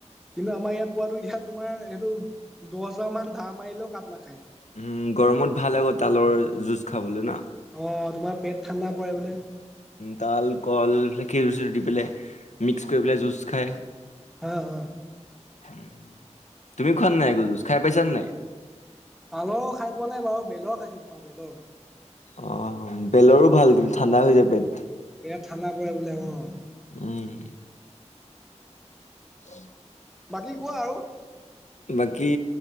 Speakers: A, in the centre; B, on the left.
A: কিন্তু আমাৰ ইয়াত পোৱাটো এতিয়া তোমাৰ এটো দছবাৰ মান দা মাৰিলেও কাট নাখায়।
B: উম গৰমত ভাল আ তালৰ জুচ খাবলৈ ন
A: অ তোমাৰ পেট ঠাণ্ডা পৰে বোলে
B: তাল কল সেই জুচটো দি পেলাই মিক্স কৰি পেলাই জুইচ খায়
A: হ হ
B: উ তুমি খোৱা নাই জুজ খাই পাইছা ন নাই।
A: পালৰ খাই পোৱা নাই বাৰু বেলৰ খাইছো তোমাৰ বেলৰ
B: অ বেলৰো ভাল কিমু ঠাণ্ডা হৈ যায় পেট
A: বিৰাট ঠাণ্ডা পৰে বোলে অ
B: উম উ
A: বাকী কোৱা আৰু
B: বাকী